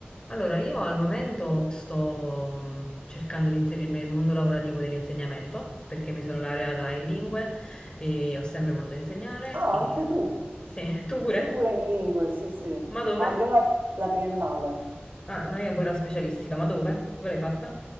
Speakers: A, on the left; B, on the right.
A: Allora, io al momento sto mh, cercando di inserirmi nel mondo lavorativo dell'insegnamento perché mi sono laureata in lingue e ho sempre voluto insegnare.
B: Ah,
A: E...
B: anche tu?
A: Sì, <laughs> tu pure?
B: Io pure in lingue, sì, sì.
A: Ma dove?
B: Ma io la, la triennale
A: Ah, no, io pure la specialistica, ma dove? Dove l'hai fatta?